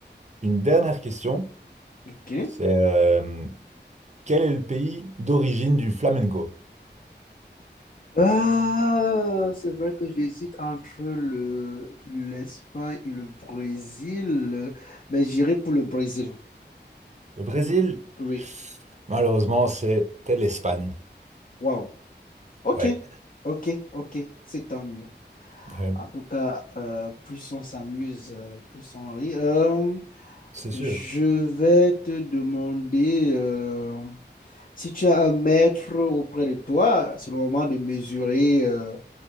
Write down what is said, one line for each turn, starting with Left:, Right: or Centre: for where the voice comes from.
Right: une dernière question.
Left: ok.
Right: C'est euh, quel est le pays d'origine du flamenco?
Left: Ah, c'est vrai que j'hésite entre le l'Espagne et le Brésil, mais j'irai pour le Brésil.
Right: Le Brésil,
Left: Oui.
Right: malheureusement, c'était l'Espagne.
Left: Waouh. Ok,
Right: Ouais,
Left: ok, ok. C'est tant mieux.
Right: ouais,
Left: En tout cas, euh, plus on s'amuse, euh, plus on rit. Euh,
Right: c'est
Left: je
Right: sûr.
Left: vais te demander. euh, Si tu as un mètre auprès de toi, c'est le moment de mesurer euh,